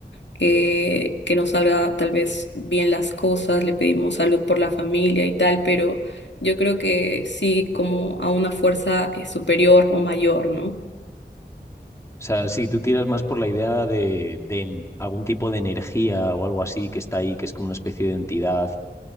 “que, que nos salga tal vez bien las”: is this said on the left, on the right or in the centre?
Left